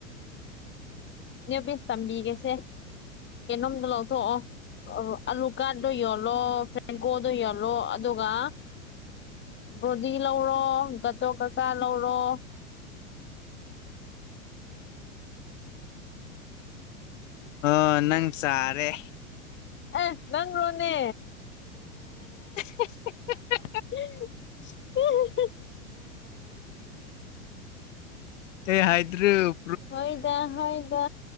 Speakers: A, on the left (about 25°); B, on the left (about 65°).
A: ꯅꯄꯤꯁ ꯇꯝꯕꯤꯒꯦꯁꯦ ꯀꯩꯅꯣꯝꯗ ꯂꯧꯊꯣꯛꯑꯣ ꯑꯂꯨꯀꯥꯔꯗꯣ ꯌꯣꯜꯂꯣ ꯐ꯭ꯔꯦꯡꯀꯣꯗꯣ ꯌꯣꯜꯂꯣ ꯑꯗꯨꯒ ꯕꯣꯗꯤ ꯂꯧꯔꯣ ꯇꯣ ꯀꯀꯥ ꯂꯧꯔꯣ
B: ꯑꯣ ꯅꯪ ꯆꯥꯔꯦ
A: ꯑꯦ ꯅꯪ ꯔꯣꯅꯦ
B: <unintelligible>
A: <unintelligible>
B: ꯍꯥꯏꯗ꯭ꯔ
A: ꯍꯣꯏꯗ ꯍꯣꯏꯗ